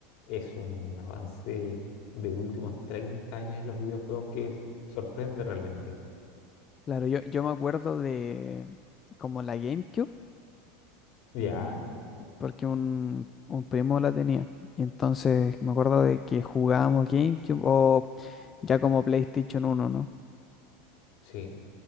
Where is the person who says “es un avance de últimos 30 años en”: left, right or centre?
Left